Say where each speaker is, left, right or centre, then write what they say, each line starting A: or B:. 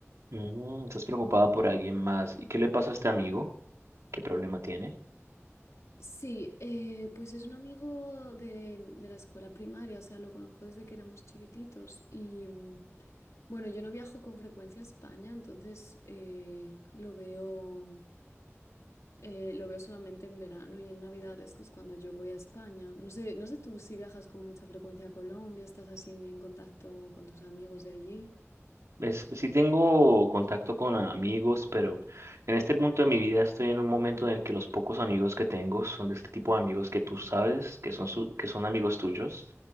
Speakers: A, on the right (about 70°); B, on the left (about 75°).
A: Mm, estás preocupada por alguien más. ¿Y qué le pasa a este amigo? ¿Qué problema tiene?
B: Sí, eh, pues es un amigo de, de la escuela primaria, o sea, lo conozco desde que éramos chiquititos y mm, bueno, yo no viajo con frecuencia a España, entonces eh, lo veo, eh, lo veo solamente en verano y en Navidades, que es cuando yo voy a España. No sé, no sé tú si viajas con mucha frecuencia a Colombia, estás así en contacto con tus amigos de allí.
A: ¿Ves? Sí tengo contacto con amigos, pero en este punto de mi vida estoy en un momento en el que los pocos amigos que tengo son de este tipo de amigos que tú sabes que son, su- que son amigos tuyos